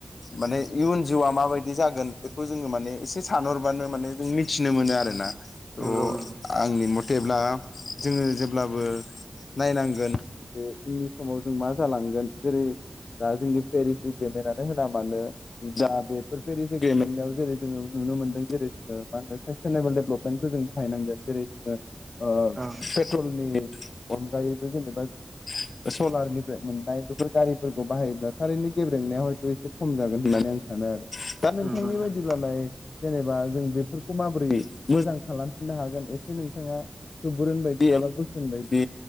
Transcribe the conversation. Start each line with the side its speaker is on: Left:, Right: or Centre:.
Left: माने इयुन जिउआ माबायदि जागोन बेखौ जोङो माने एसे सानहरबानो माने जों मिथिनो मोनो आरो ना त'
Right: नंगौ नंगौ
Left: आंनि मथे जेब्ला जोङो जेब्लाबो नायनांगोन बे उननि समाव जों मा जालांगोन जेरै दा जोंनि पेरिस एगेमेन्टानो होना मानो दा बेफोर पेरिस एगेमेनाव जेरै जोङो। नुनो मोनदों जेरै जोङो मा होनो सास्टेनेबोल डेभेलपमेन्टखौ जों बाहायनो नांगोन जेरै जोङो।
Right: औ
Left: पेट्रलनि अनगायैबो जेनेबा सलारनि मोननाय बेफोर गारिफोरखौ बाहायोब्ला थारैनो गेब्रेंनाया हयथ' एसे खम जागोन होननानै आं सानो आरो। दा नोंथांनि
Right: नंगौ नोंथां
Left: बायदिब्लालाय जेनेबा जों बेफोरखौ माबोरै मोजां खालामफिननो हागोन एसे नोंथाङा सुबुरुन बायदि गाबा बोसोन बायदि